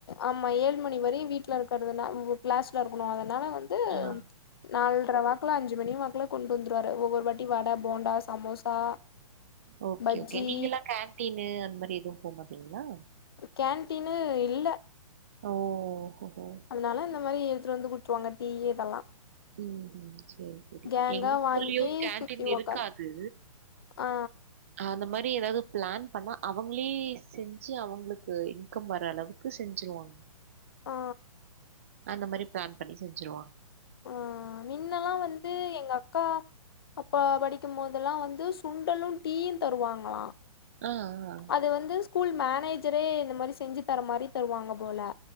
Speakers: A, on the left (about 40°); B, on the right (about 20°).
A: ஆமா ஏழு மணி வரையு வீட்ல இருக்கிறதுனால க்ளாஸ்ல இருக்கணு அதனால வந்து
B: <unintelligible>
A: நால்ர வாக்குல அஞ்சு மணி வாக்குல கொண்டு வந்துருவாரு ஒவ்வொரு வாட்டி வட போண்டா சமோசா
B: ஓகே
A: பஜ்ஜி
B: ஓகே நீங்கெல்லா கேன்டீனு அந்த மாரி எதுவு போ மாட்டீங்ளா
A: கேன்டீனு இல்ல
B: ஓ ஹொஹொ
A: அதனால இந்த மாரி எடுத்துட்டு வந்து குடுத்துருவாங்க டீ இதெல்லா
B: ம் செரி செரி
A: கேங்கா
B: எங்க ஸ்கூல்லயு
A: வாங்கி
B: கேன்டீன்
A: சுத்தி
B: இருக்காது
A: ஒக்காந் ஆ
B: அந்த மாரி எதாவது ப்ளான் பண்ணா அவங்ளே செஞ்சு அவங்களுக்கு இன்கம் வர அளவுக்கு செஞ்சிருவாங் <inaudible>
A: ஆ
B: அந்த மாரி ப்ளான் பண்ணி செஞ்சிருவாங்
A: ஓ மின்னெல்லா வந்து எங்க அக்கா அப்பா படிக்கும்போதெல்லா வந்து சுண்டலு டீயு தருவாங்களா
B: ஆ
A: அது வந்து ஸ்கூல் மேனேஜரே இந்த மாரி செஞ்சு தர மாரி தருவாங்க போல